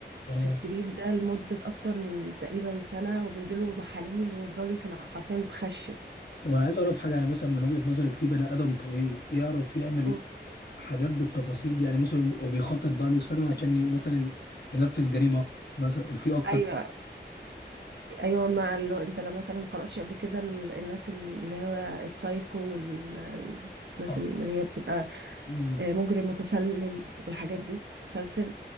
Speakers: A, on the left (about 60°); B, on the right (about 70°).
A: اه
B: في السرير ده لمده اكتر من تقريبا سنه وبنديله محاليل والراجل كان حرفيا متخشب
A: طب أنا عايز أعرف حاجة يعني مثلا من وجهة نظرك في بني آدم طبيعي يعرف يعمل
B: مم.
A: حاجات بالتفاصيل دي يعني مثلا هو بيخطط بقاله سنة عشان ي- مثلا ينفذ جريمة مثلا وفي أكتر
B: ايوه ايوه ما لو انت لو مثلا ما قراتش قبل كده ال- الناس اللي هو السايكو والناس
A: اه
B: اللي هي بتبقى
A: مم.
B: آه، مجرم متسلل والحاجات دي سلسل